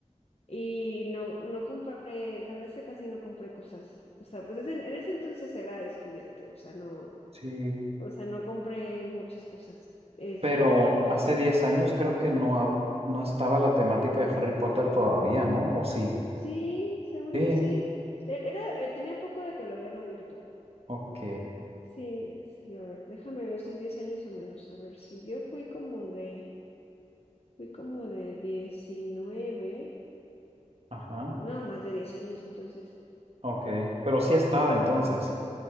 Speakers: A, on the left (about 55°); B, on the right (about 50°).
A: Y no, no compré, la verdad es que casi no compré cosas. O sea, pues ese- en ese entonces era estudiante, o sea, no,
B: Sí,
A: o sea, no compré muchas cosas. Este,
B: pero hace 10 años creo que no, hab- no estaba la temática de Harry Potter todavía, ¿no? ¿O sí?
A: sí, según
B: Sí,
A: yo sí. Te- Era, eh, tenía poco de que lo habían abierto.
B: ok,
A: Sí, sí, a ver, déjame ver si es 10 años o menos. A ver, si yo fui como de, fui como de 19,
B: ajá,
A: no, más de 10 años, entonces,
B: ok, pero sí estaba entonces,